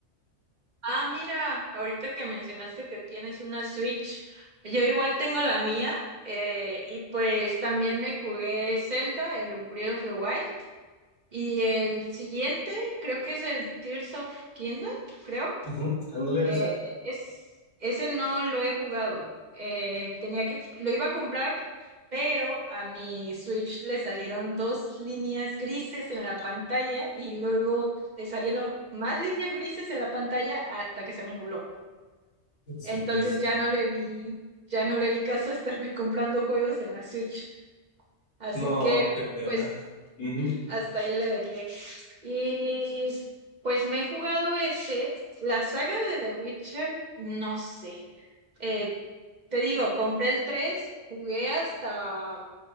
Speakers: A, on the right (about 45°); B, on the left (about 80°).
A: Ah, mira, ahorita que mencionaste que tienes una Switch, yo igual tengo la mía eh, y pues también me jugué Zelda, el Breath of the Wild y el siguiente creo que es el Tears of Kingdom, creo.
B: Ujú, Ándale
A: Eh,
B: ese.
A: es, ese no lo he jugado. Eh, tenía que, lo iba a comprar, pero a mi Switch le salieron dos líneas grises en la pantalla y luego le salieron más líneas grises en la pantalla hasta que se me nubló.
B: Jesucristo.
A: Entonces ya no le vi, ya no le vi caso a estarme <laughs> comprando juegos en la Switch. Así
B: No,
A: que,
B: qué pena.
A: pues,
B: Ujú.
A: hasta ahí le dejé. Y pues me he jugado ese. La saga de The Witcher, no sé. Eh, te digo, compré el tres jugué hasta